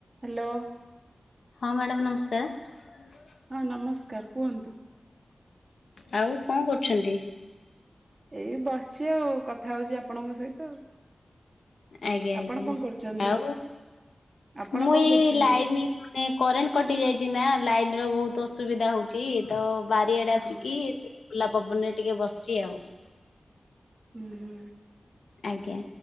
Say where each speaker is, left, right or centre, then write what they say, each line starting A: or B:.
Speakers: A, on the right; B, on the left.
A: Hello.
B: ହଁ madam ନମସ୍କାର। <inaudible>
A: ହଁ ନମସ୍କାର କୁହନ୍ତୁ?
B: ଆଉ କଣ କରୁଛନ୍ତି?
A: ଏଇ ବସିଛି ଆଉ କଥା ହଉଛି ଆପଣଙ୍କ ସହିତ
B: ଆଜ୍ଞା ଆଜ୍ଞା
A: ଆପଣ କଣ କରୁଛନ୍ତି
B: ଆଉ
A: ଆପଣ
B: ମୁଁ
A: କଣ
B: ଏଇ
A: କରୁଛନ୍ତି
B: ଲାଇନି ଏଇନେ କରେଣ୍ଟ କଟି ଯାଇଛି ନା ଲାଇନର ବହୁତ ଅସୁବିଧା ହଉଛି ତ ବାରିଆଡେ
A: ହଁ
B: ଆସିକି ଏଠି ଖୋଲା ପବନରେ ଟିକେ ବସିଛି ଆଉ
A: ହୁଁ ହୁଁ।
B: ଆଜ୍ଞା